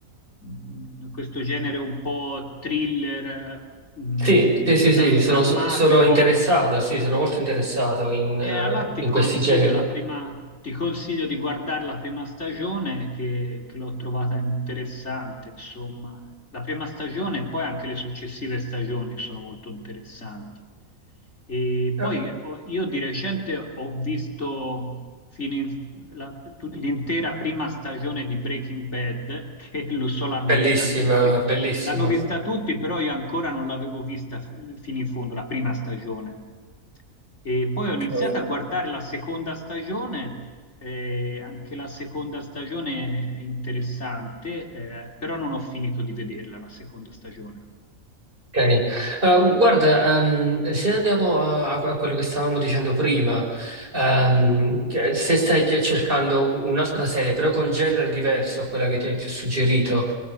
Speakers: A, on the left; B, on the right.
A: mh, questo genere un po' thriller, mh,
B: Sì, sì, sì,
A: dram-
B: sì, sono,
A: drammatico,
B: sono interessato, sì, sono molto interessato in,
A: E
B: eh,
A: allora ti
B: in
A: consiglio
B: questi generi.
A: la prima, ti consiglio di guardare la prima stagione che, che l'ho trovata interessante, insomma. La prima stagione e poi anche le successive stagioni sono molto interessanti. E
B: Ah,
A: poi ho- io di recente ho visto fino in- la- tut- l'intera prima stagione di Breaking Bad, <laughs> che lo so l'hanno
B: Bellissima,
A: vista tutti.
B: bellissima.
A: L'hanno vista tutti, però io ancora non l'avevo vista fi- fino in fondo, la prima stagione. E poi
B: Ok.
A: ho iniziato a guardare la seconda stagione, eh, anche la seconda stagione è interessante, eh, però non ho finito di vederla la seconda stagione.
B: Eh, guarda, ehm, se andiamo a, a quello che stavamo dicendo prima, ehm, che se stai cioè, cercando un'altra serie, però con genere diverso a quella che ti ho suggerito,